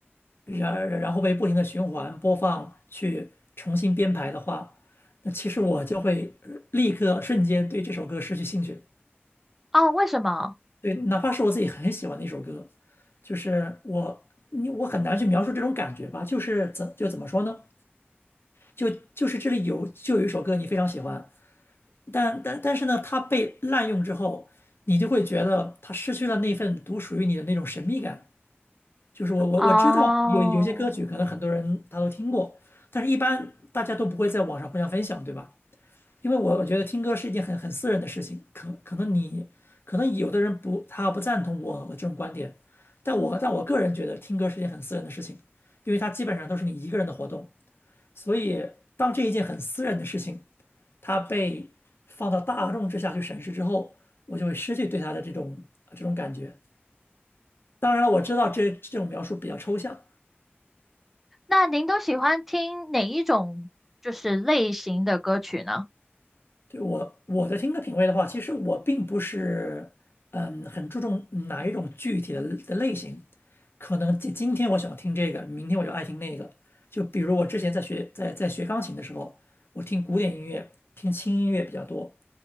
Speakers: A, on the left; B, in the centre.
A: 然然后被不停的循环播放去重新编排的话，那其实我就会呃立刻瞬间对这首歌失去兴趣。
B: 哦，为什么？
A: 对，哪怕是我自己很喜欢的一首歌，就是我你我很难去描述这种感觉吧，就是怎就怎么说呢？就就是这里有就有一首歌你非常喜欢，但但但是呢，它被滥用之后，你就会觉得它失去了那份独属于你的那种神秘感。就是我我我知道有有些歌曲可能很多人他都听过，
B: 哦，
A: 但是一般大家都不会在网上互相分享，对吧？因为我我觉得听歌是一件很很私人的事情，可可能你可能有的人不他不赞同我我这种观点，但我但我个人觉得听歌是一件很私人的事情，因为它基本上都是你一个人的活动，所以当这一件很私人的事情它被放到大众之下去审视之后，我就会失去对它的这种这种感觉。当然了，我知道这这种描述比较抽象，
B: 那您都喜欢听哪一种就是类型的歌曲呢？
A: 对我我的听歌品味的话，其实我并不是嗯很注重哪一种具体的的类型，可能今今天我喜欢听这个，明天我就爱听那个。就比如我之前在学在在学钢琴的时候，我听古典音乐、听轻音乐比较多，